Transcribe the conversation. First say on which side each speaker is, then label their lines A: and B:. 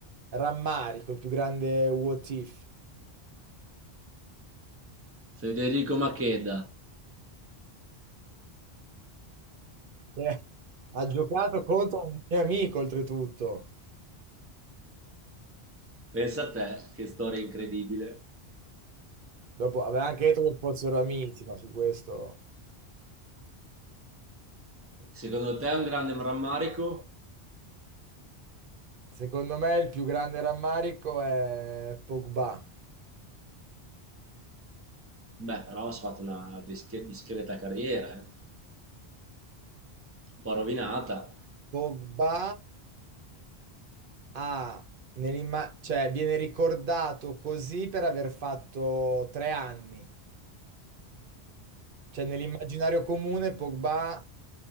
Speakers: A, on the right; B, on the right.
A: rammarico, il più grande what if?
B: Federico Macheda.
A: Eh, ha giocato contro un mio amico, oltretutto.
B: Pensa a te, che storia incredibile.
A: Dopo aveva anche detto che fossero amici, ma su questo...
B: Secondo te è un grande rammarico?
A: Secondo me il più grande rammarico è Pogba.
B: Beh, però ha fatto una dische- discreta carriera, eh. Un po' rovinata.
A: Pogba Ah, nell'imma- cioè viene ricordato così per aver fatto tre anni. Cioè nell'immaginario comune Pogba